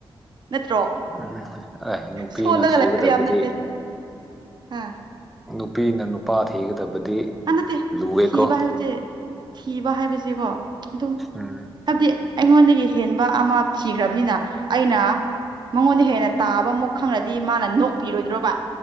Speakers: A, on the right; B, in the centre.
A: ꯅꯠꯇ꯭ꯔꯣ
B: ꯎꯝ ꯑꯩ ꯅꯨꯄꯤꯅ
A: ꯁꯣꯜꯂꯒ
B: ꯊꯤꯒꯗꯕꯗꯤ
A: ꯂꯩꯕ ꯌꯥꯕ ꯅꯠꯇꯦ ꯑꯥ
B: ꯅꯨꯄꯤꯅ ꯅꯨꯄꯥ ꯊꯤꯒꯗꯕꯗꯤ
A: ꯑꯥ ꯅꯠꯇꯦ
B: ꯂꯨꯋꯦꯀꯣ
A: ꯊꯤꯕ ꯍꯥꯏꯕꯖꯦ ꯊꯤꯕ ꯍꯥꯏꯕꯁꯦꯀꯣ ꯑꯗꯨꯝ
B: ꯎꯝ
A: ꯍꯥꯏꯕꯗꯤ ꯑꯩꯉꯣꯟꯗꯒꯤ ꯍꯦꯟꯕ ꯑꯃ ꯊꯤꯈ꯭ꯔꯕꯅꯤꯅ ꯑꯩꯅ ꯃꯉꯣꯟꯗꯩ ꯍꯦꯟꯅ ꯇꯥꯕ ꯑꯃꯨꯛ ꯈꯪꯔꯗꯤ ꯃꯥꯅ ꯅꯣꯛꯄꯤꯔꯣꯏꯗ꯭ꯔꯣꯕ